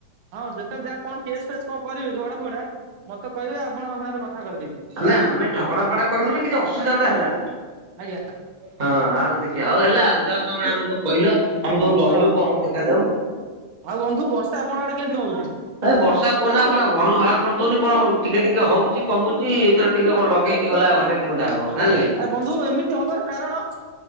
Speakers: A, on the right; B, on the right.
A: ହଁ ଯେତେବେଳେ ଯାହା କଣ କେସ୍ ଫେସ୍ କଣ କରିବେ ଧୋଡା ଫୋଡା ମତେ କହିବେ ଆପଣଙ୍କ ସାଙ୍ଗରେ କଥା କରିଦେବି।
B: ନାଇ ଆମେ ଝଗଡା ଫଡା କରୁନୁ କିଛି ଅସୁବିଧା ଗୋଟେ ହେଲା
A: ଆଜ୍ଞା
B: ହଁ ଆଉ। ଆଉ ହେଲା ଆଉ ଯାହାମେ ଆମ କହିଲ ଆମେ ତମକୁ ଜଣେଇବୁ
A: ହଁ
B: କଣ ଦେଖାଯାଉ।
A: ଆଉ ବନ୍ଧୁ ବର୍ଷା ଆପଣ ଆଡେ କେମିତି କଣ ହଉଛି?
B: ଏ ବର୍ଷା କୁହନା କୁହନା ଘରୁ ବାହାର କରିଦଉନି କଣ ଟିକେ ଟିକେ ହଉଛି କମୁଛି। <unintelligible> ଟିକେ କଣ ଲଗେଇ ଗଲା ଘଣ୍ଟା ଦି ଘଣ୍ଟ ହବ। <unintelligible>
A: ଆ ବନ୍ଧୁ ଏମିତି ହବାର କାରଣ?